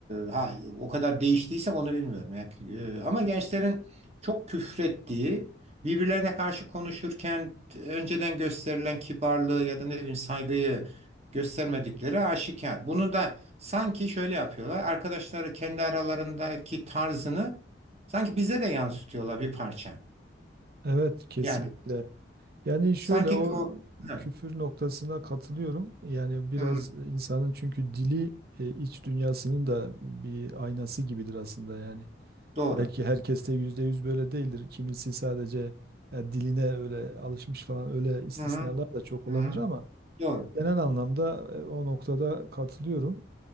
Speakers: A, on the right; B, on the right.
A: ha o kadar değiştiyse onu bilmiyorum. Yani, e, ama gençlerin çok küfrettiği, birbirlerine karşı konuşurken önceden gösterilen kibarlığı ya da ne bileyim saygıyı göstermedikleri aşikar. Bunu da sanki şöyle yapıyorlar. Arkadaşları kendi aralarındaki tarzını sanki bize de yansıtıyorlar bir parça.
B: Evet kesinlikle.
A: Yani
B: Yani şöyle
A: sanki
B: o
A: o evet,
B: küfür noktasına katılıyorum. Yani biraz
A: Hı, hı,
B: insanın çünkü dili e, iç dünyasının da bir aynası gibidir aslında yani.
A: doğru.
B: Belki herkes de yüzde yüz böyle değildir. Kimisi sadece ya diline öyle alışmış falan öyle istisnalar
A: Hı, hı,
B: da çok olabilir
A: hı,
B: ama
A: doğru.
B: genel anlamda e, o noktada katılıyorum.